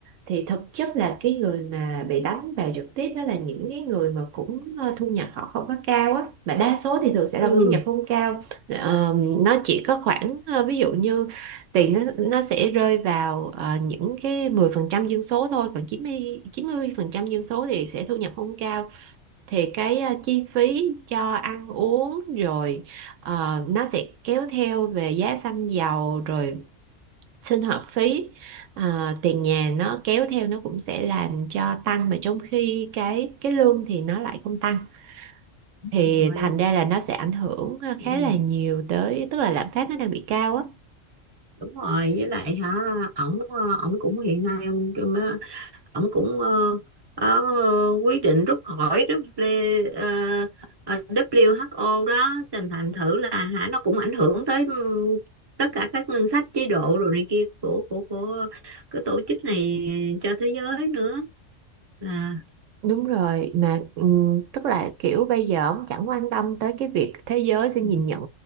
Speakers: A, on the right; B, on the right.
A: thì thực chất là cái người mà bị đánh vào trực tiếp đó là những cái người mà cũng ờ, thu nhập họ không có cao á mà đa số thì thường sẽ là
B: ừ.
A: thu nhập không cao Ờ, nó chỉ có khoảng ờ, ví dụ như tiền nó nó sẽ rơi vào ờ, những cái 10% dân số thôi còn chín chín mươi chín mươi phần trăm dân số thì sẽ thu nhập không cao thì cái ờ, chi phí cho ăn uống rồi ờ, nó sẽ kéo theo về giá xăng dầu rồi sinh hoạt phí à, tiền nhà nó kéo theo nó cũng sẽ làm cho tăng mà trong khi cái cái lương thì nó lại không tăng thì
B: Rồi.
A: thành ra là nó sẽ ảnh hưởng à,
B: Ừ.
A: khá là nhiều tới tức là lạm phát nó đang bị cao á
B: đúng rồi với lại hả ổng ờ, ổng cũng hiện nay ông ổng cũng ờ, ờ, quyết định rút khỏi W, ờ, ờ, WHO đó thành thành thử là hả nó cũng ảnh hưởng tới ừ, tất cả các ngân sách chế độ rồi này kia của của của cái tổ chức này cho thế giới nữa à,
A: Đúng rồi mà ừm, tức là kiểu bây giờ ông chẳng quan tâm tới cái việc thế giới sẽ
B: ừ,
A: nhìn nhận